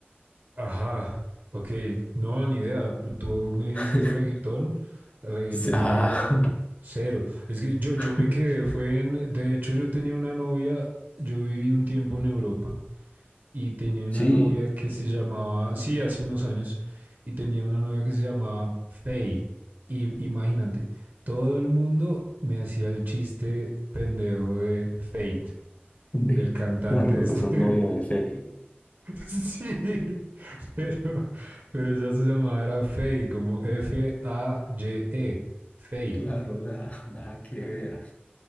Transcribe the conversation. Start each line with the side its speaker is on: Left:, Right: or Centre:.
Right: Ajá, ok. No, ni idea. Tú me dices
Left: <laughs>
Right: reggaetón, reggaetón
Left: Ah,
Right: y yo cero. Es que yo, yo
Left: <laughs>
Right: me quedé, fue en... De hecho, yo tenía una novia, yo viví un tiempo en Europa y tenía una
Left: sí.
Right: novia que se llamaba, sí, hace unos años, y tenía una novia que se llamaba Faye. Y imagínate, todo el mundo me hacía el chiste pendejo de Fate,
Left: <laughs> De-
Right: del cantante
Left: Claro,
Right: este.
Left: sos novio de Fey.
Right: <laughs> Sí. <laughs> pero, pero ya se llamaba era Fey, como F-A-Y-E, Fey.
Left: Claro, o sea, <laughs> nada que ver.